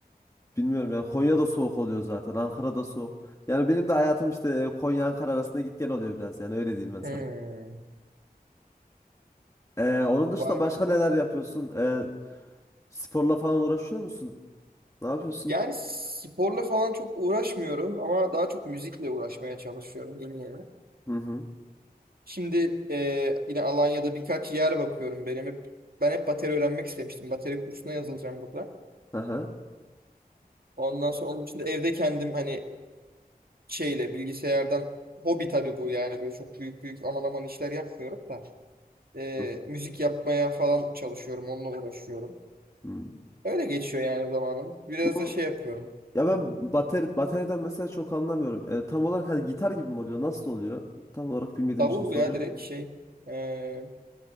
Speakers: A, on the left (about 20°); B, on the right (about 70°).
A: Bilmiyorum yani Konya'da soğuk oluyor zaten. Ankara'da soğuk. Yani benim de hayatım işte e, Konya Ankara arasında git gel oluyor biraz yani öyle diyeyim ben sana.
B: Hmm.
A: Ee, onun dışında
B: Vay
A: başka
B: be.
A: neler yapıyorsun? Ee, sporla falan uğraşıyor musun? Ne yapıyorsun?
B: Yani sporla falan çok uğraşmıyorum ama daha çok müzikle uğraşmaya çalışıyorum yeni yeni.
A: Hı hı.
B: Şimdi e, yine Alanya'da birkaç yer bakıyorum. Benim hep ben hep bateri öğrenmek istemiştim. Bateri kursuna yazılacağım burada.
A: Aha.
B: Ondan sonra onun için de evde kendim hani şeyle bilgisayardan hobi tabii bu yani böyle çok büyük büyük aman aman işler yapmıyorum da Ee,
A: Hı hı.
B: müzik yapmaya falan çalışıyorum onunla uğraşıyorum.
A: Hı.
B: Öyle geçiyor yani zamanım. Biraz
A: Bu
B: da şey yapıyorum.
A: Ya
B: Evet.
A: ben bateri, bateriden mesela çok anlamıyorum. E, tam olarak hani gitar gibi mi oluyor? Nasıl oluyor? Tam olarak bilmediğim
B: Davul
A: için soruyorum.
B: ya direkt şey ee,